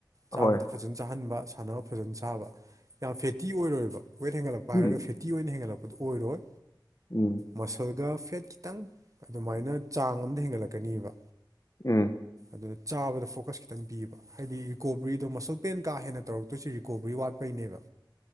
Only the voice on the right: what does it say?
ꯆꯥꯕꯗ ꯐꯖꯅ ꯆꯥꯍꯟꯕ ꯁꯥꯟꯅꯕ ꯐꯖꯅ ꯁꯥꯕ ꯌꯥꯝ ꯐꯦꯠꯇꯤ ꯑꯣꯏꯔꯣꯏꯕ ꯋꯦꯠ ꯍꯦꯟꯒꯠꯂꯛꯄ
ꯍꯥꯏꯔꯒ ꯐꯦꯠꯇꯤ ꯑꯣꯏꯅ ꯍꯦꯟꯒꯠꯂꯛꯄꯗꯨꯣ ꯑꯣꯏꯔꯣꯏ
ꯃꯁꯜꯒ ꯐꯦꯠ ꯈꯤꯇꯪ ꯑꯗꯨꯃꯥꯏꯅ ꯆꯥꯡ ꯑꯃꯝꯗ ꯍꯦꯟꯒꯠꯂꯛꯀꯅꯤꯕ
ꯑꯗꯨꯅ ꯆꯥꯕꯗ ꯐꯣꯀꯁ ꯈꯤꯇꯪ ꯄꯤꯕ ꯍꯥꯏꯗꯤ ꯔꯤꯀꯣꯕꯔꯤꯗꯣ ꯃꯁꯜ ꯄꯦꯟ ꯀꯥ ꯍꯦꯟꯅ ꯇꯧꯔꯛꯇꯣꯏꯁꯤ ꯀꯣꯕ꯭ꯔꯤ ꯋꯥꯠꯄꯩꯅꯦꯕ